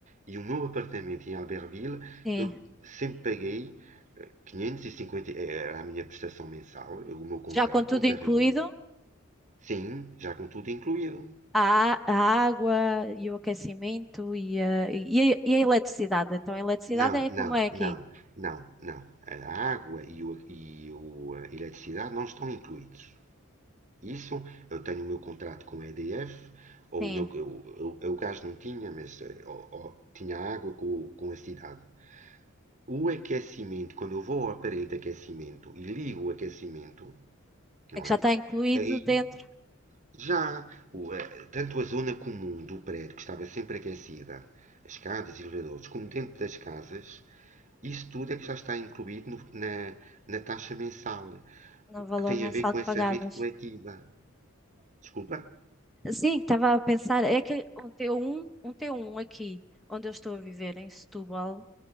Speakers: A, on the right (about 35°); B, in the centre.
A: e o meu apartamento em Albertville
B: sim.
A: eu sempre paguei eh, 550, era a minha prestação mensal, eh, o meu contrato
B: Já com tudo incluído,
A: da reunião. Sim, já com tudo incluído.
B: a, a água e o aquecimento e a, e a, e a eletricidade. Então, a eletricidade
A: Não,
B: é
A: não,
B: como é aqui.
A: não, não, não. A água e, o, e o, a eletricidade não estão incluídos. Isso, eu tenho o meu contrato com a EDF, ou
B: Sim,
A: o meu, eu, eu, eu o gás não tinha, mas eh, ó- tinha água com, com a cidade. o aquecimento, quando eu vou ao aparelho de aquecimento e ligo o aquecimento, não
B: é que já
A: é?
B: está incluído
A: Aí
B: dentro
A: já, o, eh, tanto a zona comum do prédio, que estava sempre aquecida, as escadas e elevadores, como dentro das casas, isso tudo é que já está incluído no- na, na taxa mensal,
B: no valor
A: que tem
B: mensal
A: a ver com
B: que
A: essa
B: pagavas.
A: rede coletiva. Desculpa?
B: Sim, estava a pensar, é que um T1, um T1 aqui, onde eu estou a viver, em Setúbal,